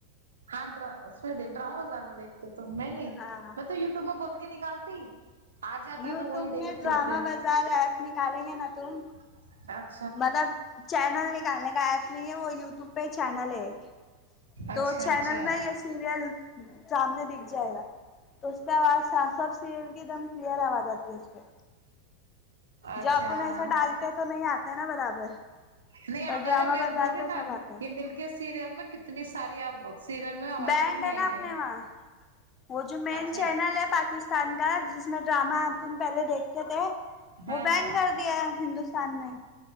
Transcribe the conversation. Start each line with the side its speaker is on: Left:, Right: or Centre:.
Right: ہاں ڈرا اس میں دیکھ ڈراما بازار میں دیکھ تو تو میں نے
Left: ہاں
Right: میں تو یوٹیوب میں بول کے نکالتی آ جاتا
Left: یوٹیوب
Right: تو وہی دیکھتی
Left: میں ڈرامہ
Right: پھر
Left: بازار ایپ نکالیں گے نا تم
Right: <unintelligible>
Left: مطلب چینل نکالنے کا ایپ نہیں ہے وہ یوٹیوب پہ چینل ہے تو
Right: اچھا
Left: چینل
Right: اچھا
Left: میں ایسے سیریل سامنے دیکھ جائے گا تو اس کے بعد سا سب سیریل کی ایک دم کلیئر آواز آتی ہے اس پہ
Right: اچھا
Left: جب اپن ایسا ڈالتے تو نہیں آتا ہے نا برابر
Right: نہیں آتا
Left: پر ڈرامہ
Right: رہے میں
Left: بازار
Right: بولری
Left: پہ
Right: نا
Left: سب آتا ہے
Right: یہ مل کے سیریل میں کتنی ساری ا سیریل میں آواز
Left: بینڈ
Right: ہی نہیں
Left: نا
Right: آئی
Left: اپنے
Right: ہے
Left: وہاں وہ جو مین
Right: اچھا
Left: چینل ہے پاکستان کا جس میں ڈراما اپن پہلے دیکھتے تھے
Right: ہاں
Left: وہ بینڈ
Right: ہاں
Left: کر دیا ہندوستان میں